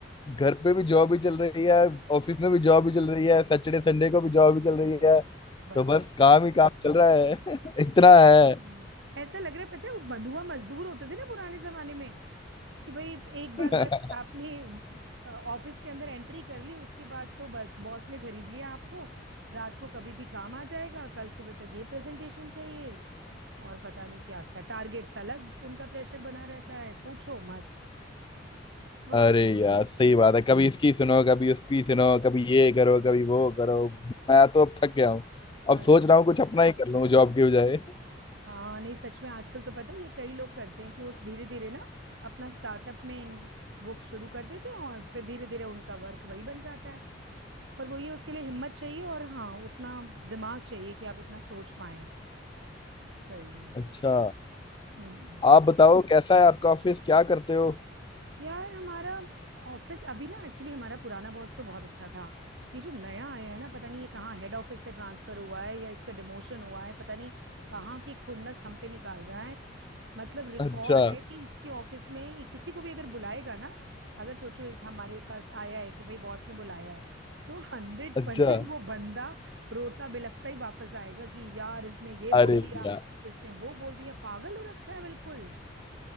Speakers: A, on the left; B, on the right.
A: घर पे भी जॉब ही चल रही है ऑफिस में भी जॉब ही चल रही है सैटरडे संडे को भी जॉब ही चल
B: शिट
A: रही है
B: बताओ
A: तो बस काम ही काम चल रहा है <laughs> इतना
B: सच
A: है
B: में। ऐसा लग रहा है पता है वो बंधुआ मजदूर होते थे ना पुराने जमाने में कि भाई एक बार
A: <laughs>
B: बस आपने ऑफिस के अंदर एंट्री कर ली उसके बाद तो बस बॉस ने खरीद लिया आपको रात को कभी भी काम आ जाएगा कल सुबह तक ये प्रेजेंटेशन चाहिए और पता नहीं क्या क्या टारगेट्स अलग उनका प्रेशर बना रहता है पूछो मत वाकई
A: अरे
B: में,
A: यार सही बात है कभी इसकी सुनो कभी उसकी सुनो कभी ये करो कभी वो करो मैं तो अब थक गया हूँ
B: है
A: अब सोच
B: ना
A: रहा हूँ कुछ अपना ही कर लूँ जॉब के बजाय
B: हाँ नहीं सच में आजकल तो पता है ये कई लोग करते हैं कि वो धीरे धीरे ना अपना स्टार्टअप में इन- वो शुरू कर देते हैं और फिर धीरे धीरे उनका वर्क वही बन जाता है पर वो ये उसके लिए हिम्मत चाहिए और हाँ उतना दिमाग चाहिए कि आप इतना सोच पाए सही में
A: अच्छा
B: हम्म हम्म।
A: आप बताओ कैसा है आपका ऑफिस क्या करते हो
B: यार हमारा ऑफिस अभी ना एक्चुअली हमारा पुराना बॉस तो बहुत अच्छा था ये जो नया आया है ना पता नहीं ये कहाँ हेड ऑफिस से ट्रांसफर हुआ है या इसका डिमोशन हुआ है पता नहीं कहाँ की खुन्नस हम पे निकाल रहा है मतलब रिकॉर्ड
A: अच्छा
B: है कि इसके ऑफिस में ही किसी को भी अगर बुलाएगा ना अगर सोचो इस हमारे पास आया है कि भाई बॉस ने बुलाया है तो हंड्रेड
A: अच्छा
B: परसेंट वो बंदा रोता बिलखता ही वापस आएगा कि यार इसने ये
A: अरे
B: बोल दिया
A: यार
B: इसने वो बोल दिया पागल हो रखा है बिल्कुल